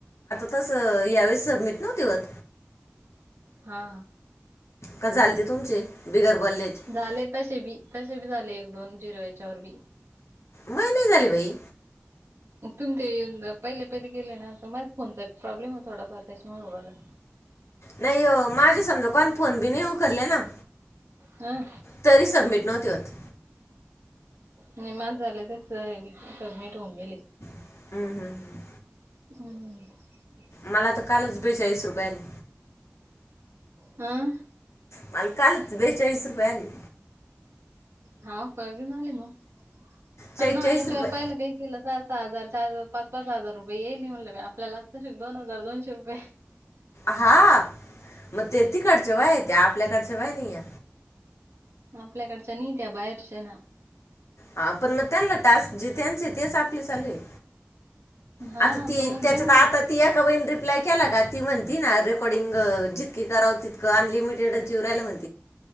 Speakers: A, on the left; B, on the right.
A: तस यावेळी सबमिट नव्हती व्हत.
B: हा.
A: का झालते तुमचे. बिगर बोलल्याचे
B: झाले तसे बी तसे बी झाले एक दोन झीरो याच्यावर बी.
A: मा नही झाले बाई.
B: तुम ते पहिले पहिले केले ना त माझ फोनचा प्रॉ्लेमे थोडाफार त्याच्यामुळे होउरायला.
A: नाही हो माझे समजा कोण फोन बि नही उखले ना.
B: हं.
A: तरी सबमिट नव्हती होत
B: नि माझ झाले तसबी सबमिट होऊन गेले.
A: हम्म- हम्म -हम्म.
B: हम्म हम्म.
A: मला तर कालच बेचाळीस रुपये आले.
B: ह.
A: माला कालच बेचाळीस रुपये आले.
B: हाव का? झाले मग
A: चाळीस
B: हाव ना, याच्यावर
A: रुपये
B: पहिले काही काही ला सहा सहा हजार. चार, पाच- पाच हजार रुपये येईल म्हणलं बाई आपल्याला आताशी दोन हजार दोनशे रुपये.
A: हा मग ते तिकडच्या बाया हायत्या आपल्याकडच्या बाया नाही ये.
B: आपल्याकडच्या नईत्या बाहेरच्या ना.
A: हा पण ना त्यांना टास्क जे त्यांचे तेच आपले चालूये.
B: हा
A: आता ती,
B: पण मग
A: त्याच्यात
B: त्यांचं
A: आता ती एका बाईन रिप्लाय केला का ती म्हणती ना रेकॉर्डिंग जितकी करावं तितकं अनलिमिटेडच येऊन रायल म्हण